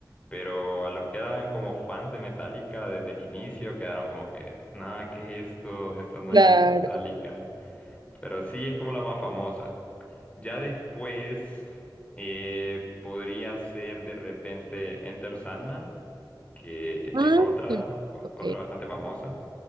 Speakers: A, on the left; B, on the right.
A: pero a los que eran como fans de Metallica desde el inicio quedaron como que, nada, ¿qué es esto? Esto no
B: claro.
A: es Metallica. Pero sí es como la más famosa. Ya después eh, podría ser de repente Enter Sandman que
B: Ah,
A: es otra, o-
B: ok.
A: otra bastante famosa,